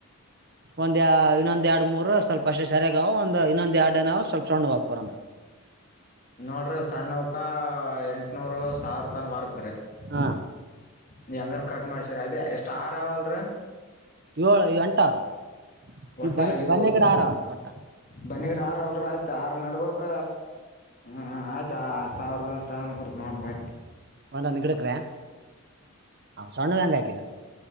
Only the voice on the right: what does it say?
ಒಂದ್ ಇನ್ನೊಂದ್ ಎರಡ್ ಮೂರ್ ಸ್ವಲ್ಪ ಅಷ್ಟೆ ಸರಿಯಾಗಾವವು ಒಂದ್ ಇನ್ನೊಂದ ಎರಡ್ನವು ಸ್ವಲ್ಪ ಸಣ್ಣ ಬಾಪರ್ ಅಂದ್ರ ಹ
ಹಾ
ಏಳ್ ಎಂಟ್ ಅವ್ರಿ
ಈ ಬನ್
ಬನ್ನಿ ಗಿಡ ಆರ್ ಅವ್ರಿ ಒಟ್ಟ
ಒಂದೊಂದ್ ಗಿಡಕ್ರೆ ಸಣ್ಣ ಹೆಂಗ ಹಾಕಿದ